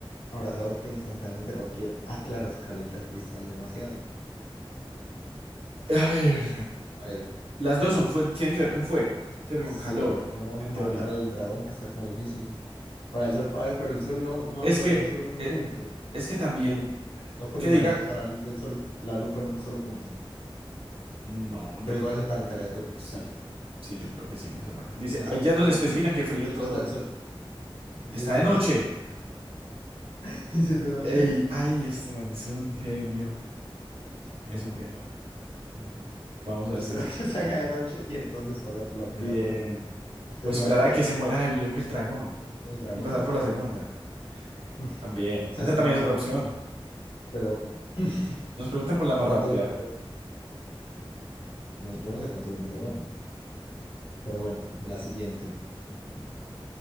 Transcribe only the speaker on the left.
Abrazador fue instantáneamente a cualquiera. Ah, claro, calienta el cristal demasiado.
A ver,
te-
sí,
podemos
matar
al dragón que está como difícil. Para el sol, ah, pero el sol no, no
alumbraría
solo en un
punto.
Como
no colimaría
toda la luz del sol, la lupa en un solo punto.
Pero
igual
eso calentaría todo el cristal.
Sí,
claro.
¿Y
si no
estuviera
el sol?
¿Y si
no está
el
sol? ¿Y
si es de
noche?
<laughs> ¿Y si es de noche?
Vamos
a ver, vamos a ver.
Esperar
que <laughs> se haga de noche y entonces pasar por la
primera puerta. Es que
toca
quitar
el
dragón.
El dragón.
<laughs>
Está
más
difícil.
Pero, <laughs>
¿cuánto
vive un dragón? No, yo no sé cuánto vive un dragón. Pero bueno, la siguiente.